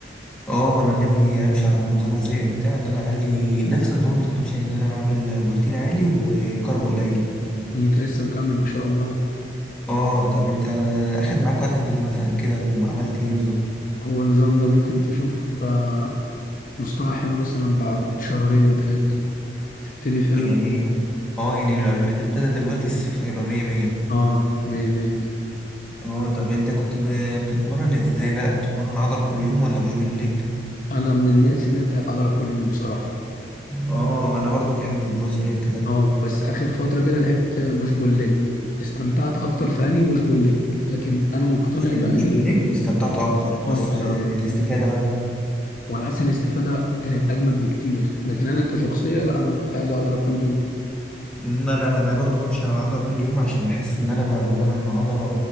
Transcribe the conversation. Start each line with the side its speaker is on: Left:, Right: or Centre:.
Centre: اه انا ناوي امشي على نظام غذائي بتاع ان انا اعلي نفس النظام اللي انت كنت ماشي عليه، ان انا اعمل بروتين عالي وكارب قليل
Left: أنت لسه مكمل ما شاء الله
Centre: اه طب انت اخد معاك وقت قد ايه مثلا كده وعملت ايه بالظبط
Left: هو النظام ده ممكن تشوف آه مستوى حلو مثلا بعد شهرين ثلاثة هتبتدي فعلا
Centre: يعني اه يعني لو الواحد ابتدى دلوقتي الصيف هيبقى مية مية
Left: اه مية مية جدا
Centre: اه طب انت كنت ب- بتتمرن ازاي بقى كنت بتتمرن عضل كل يوم ولا بوش بالليج
Left: أنا من الناس اللي بتاعت عضلة كل يوم بصراحة
Centre: اه انا برضو بحب البرو سبليت ده
Left: اه بس اخر فتره كده لعبت بوش بول ليج استمتعت اكتر في اني بوش بول ليج لكن انا مقتنع
Centre: في
Left: باني
Centre: البوش بالليج استمتعت اكتر بس
Left: اه بصراحه
Centre: آه، الاستفادة بقى
Left: وانا حاسس الاستفاده كانت اجمد بكتير لكن انا كشخصيه لا انا كنت عايز اقعد كل يوم
Centre: ان انا انا برضو بمشي على العضله كل يوم عشان احس ان انا ب- بمرن العضله